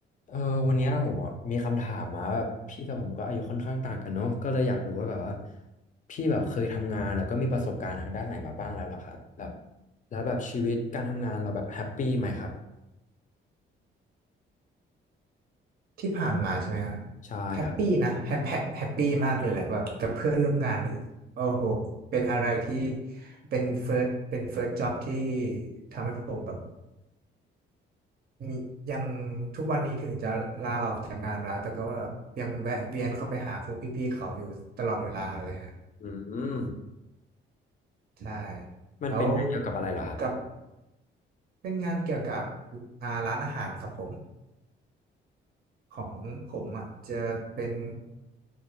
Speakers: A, on the left; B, on the right.
A: เออวันเนี้ยผมอะมีคำถามมาแบบพี่กับผมก็อายุค่อนข้างต่างกันเนาะก็เลยอยากรู้ว่าแบบว่าพี่แบบเคยทำงานแล้วก็มีประสบการณ์ทางด้านไหนมาบ้างแล้วเหรอครับแบบแล้วแบบชีวิตการทำงานเราแบบแฮปปี้ไหมครับ
B: ที่ผ่านมาใช่ไหมครับ
A: ใช่ครับ
B: แฮปปี้นะแฮปแฮปแฮปปี้มากเลยแหละแบบกับเพื่อนร่วมงานเลยโอ้โหเป็นอะไรที่เป็นเฟิร์สเป็นเฟิร์สจ็อบที่ทำให้ผมแบบมียังทุกวันนี้ถึงจะลาออกจากงานมาแล้วแต่ก็แบบยังแวะเวียนเข้าไปหาพวกพี่ๆเขาอยู่ตลอดเวลาเลยฮะ
A: อืม
B: ใช่
A: มันเป็นงานเกี่ยวกับอะไรเหรอครับ
B: แล้วกับเป็นงานเกี่ยวกับอ่าร้านอาหารครับผมของผมอ่ะจะเป็น